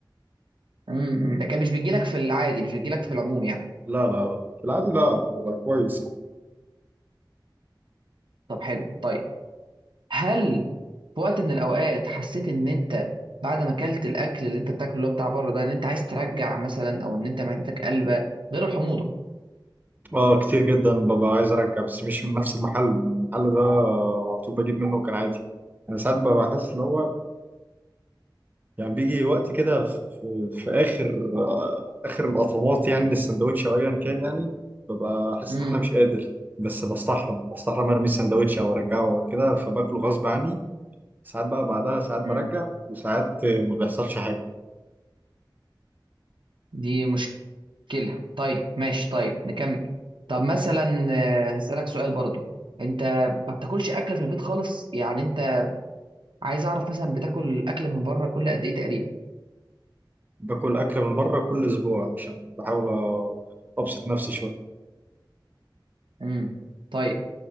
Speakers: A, on the right; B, on the right.
A: امم أمم. ده كان مش بيجيلك في العادي مش بيجيلك في العموم يعني
B: لا لا لا في العادي لا ببقى كويس يعني.
A: طب حلو طيب هل في وقت من الاوقات حسيت ان انت بعد ما اكلت الاكل اللي انت بتاكله اللي هو بتاع بره ده ان انت عايز ترجع مثلا او ان انت معدتك قلبه غير الحموضه
B: اه كتير جدا ببقى عايز ارجع بس مش من نفس المحل المحل ده على طول بجيب منه كان عادي انا ساعات ببقى بحس اللي هو يعني بيجي وقت كده في, في, في اخر آه، اخر القطمات يعني للسندوتش او ايا كان يعني ببقى احس
A: امم
B: ان انا مش قادر بس بستحرم بستحرم ارمي السندوتش او ارجعه او كده فباكله غصب عني ساعات بقى بعدها ساعات برجع
A: امم
B: وساعات آه، ما بيحصلش حاجه
A: دي مشكله طيب ماشي طيب نكمل طب مثلا آه، هسألك سؤال برضو انت ما بتاكلش اكل في البيت خالص يعني انت عايز اعرف مثلا بتاكل اكل من بره كل قد ايه تقريبا
B: باكل اكل من بره كل اسبوع عشان بحاول آه، ابسط نفسي شويه
A: امم طيب